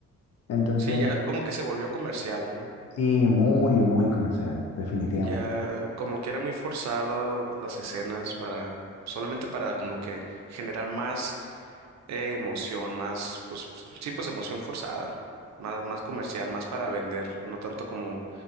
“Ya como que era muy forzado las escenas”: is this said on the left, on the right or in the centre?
Right